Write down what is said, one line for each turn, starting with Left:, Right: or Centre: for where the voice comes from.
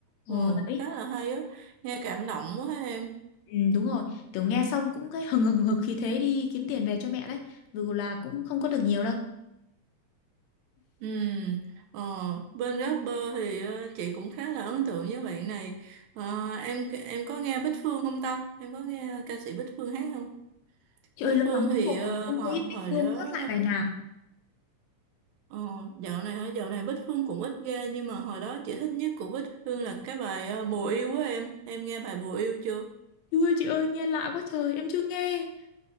Left: Ờ
Right: Ừ,
Left: đấy,
Right: khá là hay á. Nghe cảm động quá em.
Left: ừ, đúng rồi, kiểu nghe xong cũng thấy hừng hừng hực khí thế đi kiếm tiền về cho mẹ đấy, dù là cũng không có được nhiều đâu.
Right: Ừm, ờ, bên rapper thì ờ, chị cũng khá là ấn tượng với bạn này. Ờ, em em có nghe Bích Phương không ta? Em có nghe ca sĩ Bích Phương hát không?
Left: Chị
Right: Bích
Left: ơi lâu
Right: Phương
Left: lắm
Right: thì
Left: rồi
Right: ờ,
Left: không
Right: hồi
Left: thấy
Right: hồi
Left: Bích Phương
Right: đó
Left: hát lại bài nào.
Right: ờ, dạo này hả? dạo này Bích Phương cũng ít ra nhưng mà hồi đó chị thích nhất của Bích Phương là cái bài ờ, Bồ yêu á em em nghe bài Bồ yêu chưa?
Left: Chú chị ơi nghe lạ quá trời, em chưa nghe.